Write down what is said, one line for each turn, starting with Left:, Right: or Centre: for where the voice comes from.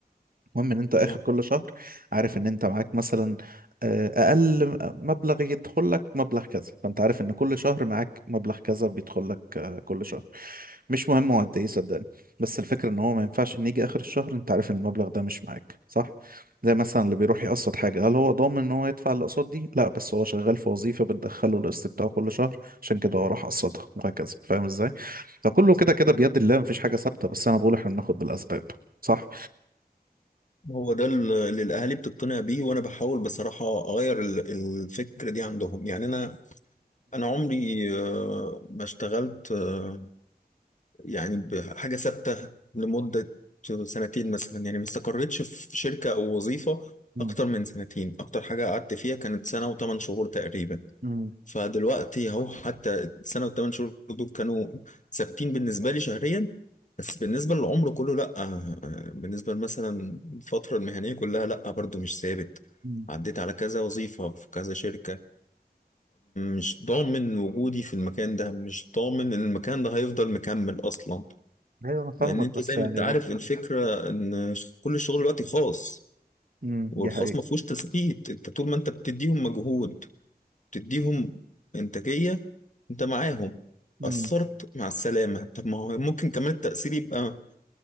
Right: المهم ان انت اخر
Left: ما
Right: كل شهر عارف ان انت معاك مثلا آه، اقل مبلغ يدخل لك مبلغ كذا فانت عارف ان كل شهر معاك مبلغ كذا بيدخل لك آه، كل شهر مش مهم هو قد ايه صدقني بس الفكره ان هو ما ينفعش ان يجي اخر الشهر انت عارف ان المبلغ ده مش معاك صح زي مثلا اللي بيروح يقسط حاجه هل هو ضامن ان هو يدفع الاقساط دي لا بس هو شغال في وظيفه بتدخله القسط بتاعه كل شهر عشان كده هو راح قسطها وهكذا فاهم ازاي فكله كده كده بيد الله مفيش حاجه ثابته بس انا بقول احنا بناخد بالاسباب صح
Left: هو ده اللي اللي الأهالي بتقتنع بيه وأنا بحاول بصراحة أغير ال- الفكرة دي عندهم يعني أنا أنا عمري آه، ما اشتغلت آه، يعني بحاجة ثابتة لمدة سنتين مثلا يعني ما استقريتش في شركة أو وظيفة
Right: مم.
Left: أكتر من سنتين أكتر حاجة قعدت فيها كانت سنة وثمان شهور تقريبا
Right: امم
Left: فدلوقتي أهو حتى السنة وثمان شهور دول كانوا ثابتين بالنسبة لي شهريا بس بالنسبة للعمر كله لأ آه، بالنسبة مثلا الفترة المهنية كلها لأ برضو مش ثابت
Right: امم
Left: عديت على كذا وظيفة في كذا شركة مش ضامن وجودي في المكان ده مش ضامن إن المكان ده هيفضل مكمل أصلا
Right: ايوه انا فاهمك
Left: لان انت
Right: بس
Left: زي
Right: يعني
Left: ما انت عارف
Right: لو
Left: الفكره ان ش- كل الشغل دلوقتي خاص
Right: امم
Left: والخاص
Right: دي حقيقة
Left: ما فيهوش تثبيت انت طول ما انت بتديهم مجهود بتديهم انتاجيه انت معاهم
Right: امم
Left: اثرت مع السلامه طب ما هو ممكن كمان التاثير يبقى